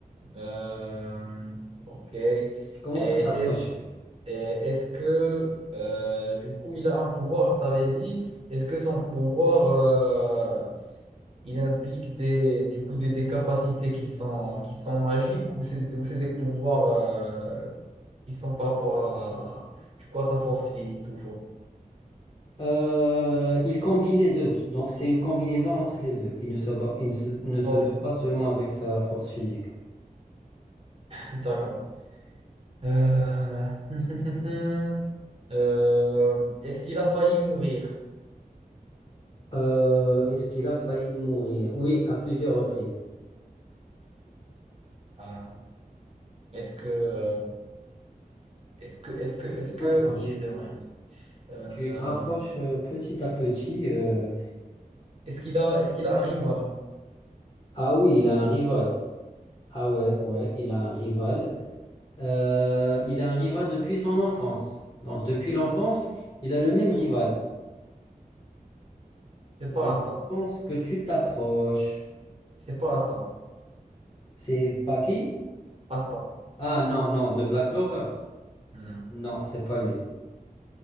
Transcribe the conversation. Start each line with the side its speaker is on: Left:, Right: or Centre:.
Right: Euh, ok. Et
Left: Tu commences
Right: est-ce,
Left: à t'approcher.
Right: et est-ce que euh, du coup il a un pouvoir, t'avais dit, est-ce que son pouvoir euh, il implique des, du coup, des, des capacités qui sont, qui sont magiques ou c'est, ou c'est des pouvoirs euh, qui sont par rapport à, du coup, à sa force physique toujours?
Left: Euh, il combine les deux, donc c'est une combinaison entre les deux. Il ne se bat, il ne se, ne se
Right: Ok,
Left: bat pas seulement avec sa force physique.
Right: d'accord. Euh, <laughs> euh, est-ce qu'il a failli mourir?
Left: Euh, est-ce qu'il a failli mourir? Oui, à plusieurs reprises.
Right: Ah, Est-ce que, euh, est-ce que, est-ce que,
Left: Tu
Right: est-ce
Left: te
Right: que
Left: rapproches.
Right: il est de loin. Euh,
Left: Tu te rapproches euh, petit à petit. euh,
Right: est-ce qu'il a, est-ce qu'il a un rival?
Left: Ah oui, il a un rival. Ah ouais, ouais, il a un rival. Euh, il a un rival depuis son enfance. Donc depuis l'enfance, il a le même rival.
Right: C'est
Left: Donc
Right: pas
Left: je
Right: Asta.
Left: pense que tu t'approches.
Right: C'est pas Asta.
Left: C'est pas qui?
Right: Asta.
Left: Ah non, non, de Black Clover.
Right: Hmm.
Left: Non, c'est pas lui.